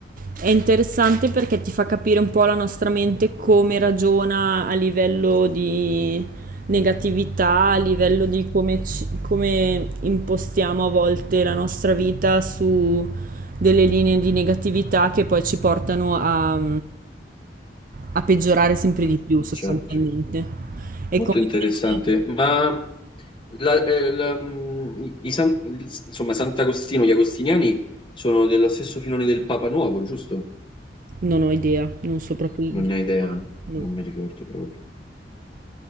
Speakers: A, on the right; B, on the left.
A: È interessante perché ti fa capire un po' la nostra mente come ragiona a livello di negatività, a livello di come, ci- come impostiamo a volte la nostra vita su delle linee di negatività che poi ci portano a, a peggiorare sempre
B: <laughs>
A: di più sostanzialmente.
B: Certo,
A: E
B: molto
A: come
B: interessante.
A: invece-
B: Ma la- eh, la- mm, i san- insomma, Sant'Agostino, gli Agostiniani sono dello stesso filone del Papa Nuovo, giusto?
A: non ho idea, non so proprio...
B: Non ne ho idea,
A: No,
B: non mi ricordo proprio.